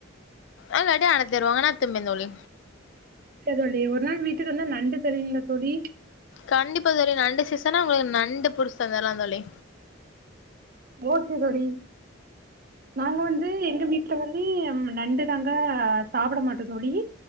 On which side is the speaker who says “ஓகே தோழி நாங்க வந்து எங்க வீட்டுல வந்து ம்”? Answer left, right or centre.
Right